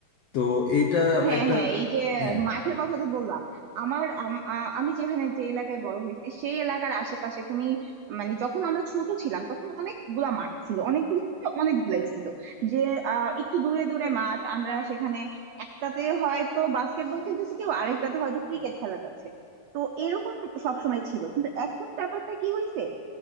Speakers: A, on the left; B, on the right.
A: তো এটা
B: হ্যাঁ
A: একটা
B: হ্যাঁ এই যে
A: হ্যাঁ
B: মাঠের কথা যে বললাম আমার আম- আ- আমি যেখানে যে এলাকায় বড় হয়েছি সেই এলাকার আশেপাশে তুমি মানে যখন আমরা ছোট ছিলাম তখন অনেকগুলা মাঠ ছিল অনেকগুলো বলতে অনেকগুলাই ছিল যে আহ একটু দূরে দূরে মাঠ আমরা সেখানে একটাতে হয়তো বাস্কেটবল খেলতেছি কেউ আরেকটাতে হয়তো ক্রিকেট খেলা যাচ্ছে তো এরকম সবসময় ছিল কিন্তু এখন ব্যাপারটা কি হয়েছে